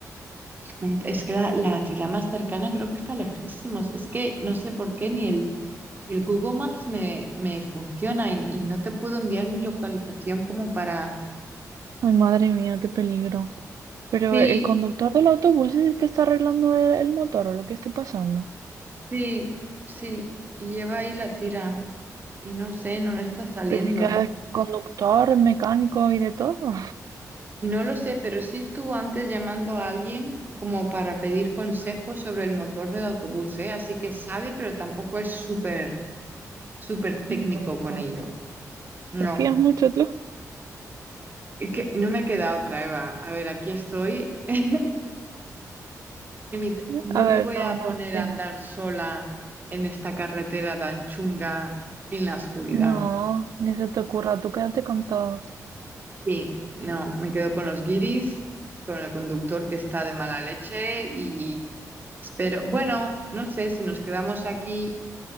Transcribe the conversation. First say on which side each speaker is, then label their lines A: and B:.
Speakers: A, on the right; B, on the right.
A: mm, Es que la, la ciudad más cercana creo que está lejísimos. Es que no sé por qué ni el, el Google Maps me, me funciona y, y no te puedo enviar mi localización como para...
B: Ay, madre mía, qué peligro. Pero
A: Sí,
B: el conductor del autobús es el que está arreglando el, el motor o lo que esté pasando.
A: sí, sí. Y lleva ahí la tira y no sé, no le está saliendo.
B: Pero ¿y que es conductor, mecánico y de todo?
A: No lo sé, pero sí estuvo antes llamando a alguien como para pedir consejos sobre el motor del autobús, ¿eh? Así que sabe, pero tampoco es súper, súper técnico
B: Vaya,
A: con
B: vaya.
A: ello. No,
B: ¿Te fías mucho tú?
A: es que no me queda otra, Eva. A ver, aquí estoy. <laughs> Y mi- No
B: A ver,
A: me voy
B: no,
A: a
B: no,
A: poner
B: venga.
A: a andar sola en esta carretera tan chunga en la oscuridad.
B: No, ni se te ocurra, tú quédate con todos.
A: Sí, no, me quedo con los guiris, con el conductor que está de mala leche y... Espero, bueno, no sé si nos quedamos aquí